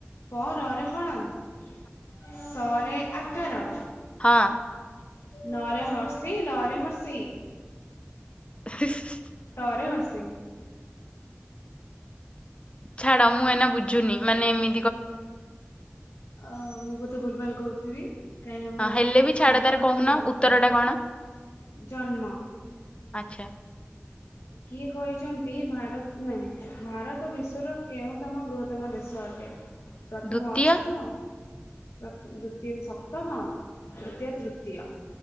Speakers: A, on the left; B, on the left.
A: ପ ରରେ ହଳନ୍ଦ ଶରେ ଆକାର
B: ହଁ
A: ନରେ ହର୍ସେଇ ଲରେ ହର୍ସେଇ
B: <inaudible>
A: ତରେ ହର୍ସେଇ
B: ଛାଡ଼ ମୁଁ ଏଇନା ବୁଝୁନି ମାନେ ଏମିତ୍
A: ଅ ମୁଁ ବୋଧେ ଭୁଲ୍ ଭାଲ୍ କହୁଥିବି। କାହିଁକି ନା ମୁଁ
B: ହଁ ହେଲେ ବି ଛାଡ
A: ଖଣ୍ଡ
B: ତାର
A: ବାକ୍ୟ
B: କହୁନ
A: କରିଛି
B: ଉତ୍ତର ଟା କଣ?
A: ଜନ୍ମ
B: ଆଚ୍ଛା।
A: କିଏ କହିଛନ୍ତି ଭାରତ ନାନାଇଁ ଭାରତ ବିଶ୍ଵର କେଉଁ ତମ ବୃହତ ତ୍ତମ ଦେଶ ଅଟେ? ପ୍ରଥମ
B: ଦ୍ଵିତୀୟ
A: ଅଷ୍ଟମ, ତ ଦ୍ଵିତୀୟ ସପ୍ତମ, ତୃତୀୟ ତୃତୀୟ।